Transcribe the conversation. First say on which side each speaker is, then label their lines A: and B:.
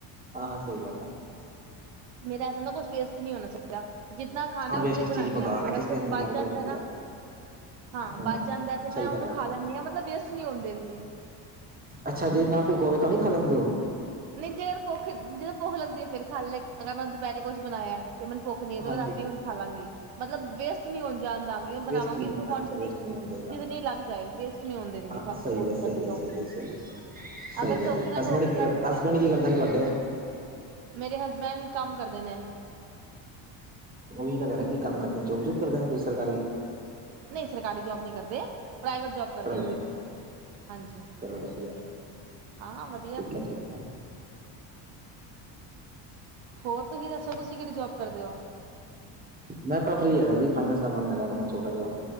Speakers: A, on the right (about 20°); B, on the right (about 80°).
A: ਹਾਂ ਹਾਂ ਸਹੀ ਗੱਲ ਹੈ
B: ਮੇਰਾ ਐਸ ਨਾਂ ਕੁਛ ਵੇਸਟ ਨਹੀਂ ਹੋਣਾ ਚਾਹੀਦਾ ਜਿੱ ਖਾਣਾ
A: ਹਾਂ
B: ਉਤਨਾ
A: ਵੇਸਟ
B: ਹੀ ਬਣਾਉਂਦੀ
A: ਚੀਜ਼ ਬੇਕਾਰ
B: ਹਾਂ ਮੈਂ
A: ਹੈ
B: ਅਗਰ
A: ਕਿਸੇ
B: ਕੁਛ
A: ਦੇ ਮੂੰਹ
B: ਬਚ
A: ਲੱਗ
B: ਜਾਂਦਾ
A: ਜਾਏ ਵਧੀਆ
B: ਨਾਂ ਹਾਂ
A: ਹੂੰ
B: ਬਚ ਜਾਂਦਾ ਤੇ ਮੈਂ
A: ਸਹੀ
B: ਉਹਨੂੰ
A: ਗੱਲ ਹੈ
B: ਖਾ ਲੈਂਣੀ ਆਂ ਮਤਲਬ ਵੇਸਟ ਨਈਂ ਹੋਣ ਦਿੰਦੀ।
A: ਅੱਛਾ ਜੇ ਨਾਂ ਭੁੱਖ ਹੋਵੇ ਤਾਂ ਵੀ ਖਾ ਲੈਂਦੇ ਔ।
B: ਨੀ ਜੇ ਕਰ ਭੁੱਖ, ਨ ਜੇ ਭੁੱਖ ਲਗਦੀ ਫਿਰ ਖਾ ਲੈ ਕੇ <unintelligible> ਅਗਰ ਮੈਂ ਦੁਪੈਰੇ ਕੁਛ ਬਨਾਇਐ, ਤੇ ਮੈਨੂੰ ਭੁੱਖ ਨੀ
A: ਹਾਂਜੀ
B: ਤੇ ਰਾਤੀ ਖਾਲਾਂਗੀ ਮਤਲਬ ਵੇਸਟ ਨਹੀਂ ਹੋਨ ਜਾਨ ਦਾਂਗੀ,
A: ਵੇਸਟ
B: ਬਨਾਵਾਂਗੀ ਉਤਨੀ ਕੁਆਂਟਿਟੀ,
A: ਅੱਛਾ ਵੇਸਟ ਨਹੀਂ ਹੋਣਾ ਚਾਹੀਦਾ
B: ਜਿਤਨੀ ਲੱਗ ਜਾਏ, ਵੇਸਟ ਨੀ ਹੋਨ ਦਿੰਦੀ।
A: ਹਾਂ ਸਹੀ
B: ਫੂਡ
A: ਹੈ
B: ਮੈਂ ਜਲਦੀ
A: ਸਹੀ ਹੈ
B: ਤੋਂ
A: ਸਹੀ ਸਹੀ ਸਹੀ
B: ਅਗਰ ਧੋਖੇ
A: ਜੀ
B: ਨਾਲ
A: ਹਸਬੈਂਡ
B: ਹੋ ਵੀ
A: ਕੀ
B: ਜਾਏ
A: ਕਰ
B: ਤੇ
A: ਹਸਬੈਂਡ
B: ਫਿਰ
A: ਕੀ ਕਰਦਾ ਤੁਹਾਡੇ? <unintelligible>
B: ਮੇਰੇ ਹਸਬੈਂਦ ਕੰਮ ਕਰਦੇ ਨੇ।
A: ਉਹੀ ਤਾਂ ਕਹਿ ਰੇਆਂ ਕੀ ਕੰਮ ਕਰਦੇਨ, ਜੋਬ ਜੂਬ ਕਰਦੇਨ ਕੋਈ ਸਰਕਾਰੀ?
B: ਨਈਂ ਸਰਕਾਰੀ ਜੋਬ ਨਈਂ ਕਰਦੇ, ਪ੍ਰਾਈਵੇਟ ਜੋਬ ਕਰਦੇ
A: ਪ੍ਰਾਈਵੇਟ
B: ਨੇ, ਹਾਂਜੀ।
A: ਚਲੋ ਵਧੀਆ।
B: ਹਾਂ ਵਧੀਆ।
A: ਮੈਂ ਕਿਆ ਠੀਕ ਐ।
B: ਹੋਰ ਤੁਸੀ ਦੱਸੋ ਤੁਸੀ ਕਿਹੜੀ ਜੌਬ ਕਰਦੇ ਓ?
A: ਮੈਂ ਤਾਂ ਫਰੀ ਹੈਗਾ ਜੀ, ਫਾਈਨੈਂਸ ਦਾ ਕੰਮ ਹੈਗਾ ਆਪਣਾ ਛੋਟਾ ਜਿਹਾ।